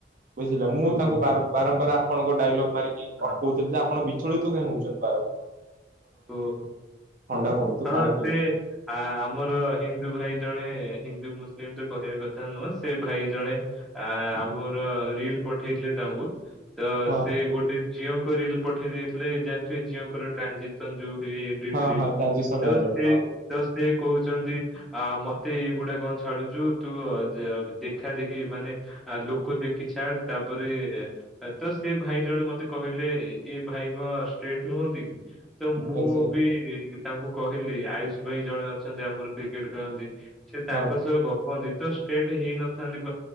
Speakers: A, on the right; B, in the centre.
A: ବୁଝିଲା ମୁଁ
B: ଓହୋ!
A: ତାଙ୍କୁ ବାରମ୍ବାର ଆପଣଙ୍କ ଡାଇଲଗ୍ ମାରିକି ଅଟ
B: ହଁ,
A: କହୁଥିଲି ଯେ ଆପଣ ଚଳ ତ କାହିଁ ହଉଛନ୍ତି ବାରବ
B: ଓହୋ
A: ଥଣ୍ଡା ହୁଅନ୍ତୁ
B: ହଁ
A: ପାଣି ପିଅନ୍ତୁ
B: ସେ ଆ ଆମର ହିନ୍ଦ ହିନ୍ଦୁ ଭାଇ ଜଣେ ହିନ୍ଦୁ ମୁସଲିମ ଯୋ କହିବା କଥା ନୁହଁ ସେ ଭାଇ ଜଣେ ଆ ଆମର ରିଲ ପଠେଇଥିଲେ ତାଙ୍କୁ। ତ
A: ହଁ
B: ସେ ଗୋଟେ ଝିଅଙ୍କ ରିଲ ପଠେଇ ଦେଇେଇଥିଲେ ଜାଣିଥୁ ଝିଅଙ୍କର ଟ୍ରାଞଜି ସଞ୍ଜୁ ହେ ଏଡିଟ
A: ହଁ ହଁ ଟ୍ରାଞ୍ଜିସନ
B: ତ
A: ଆଲର୍ଟ
B: ସେ ତ ସେ କହୁଛନ୍ତି। ଆ ମତେ ଏଇଗୁଡା କଣ ଛାଡୁଛୁ ତୁ ଦେଖା ଦେଖି ମାନେ ଲୋକ ଦେଖି କି ଛାଡ ତାପରେ ତ ସେ ଭାଇ ଜଣେ ମତେ କହିଲେ ଏ ଭାଇ କଣ ଷ୍ଟ୍ରେଟ ନୁହନ୍ତି କି। ତ ମୁଁ
A: ହଁ ସେ
B: ବି ତାଙ୍କୁ କହିଲି ଆୟୁଷ ଭାଇ ଜଣେ ଅଛନ୍ତି ଆମର କ୍ରିକେଟ ଖେଳନ୍ତି। ସେ ତାଙ୍କ
A: ହଁ।
B: ସହ ଗପନ୍ତି ତ ଷ୍ଟ୍ରେଟ୍ ହେଇନଥାନ୍ତି।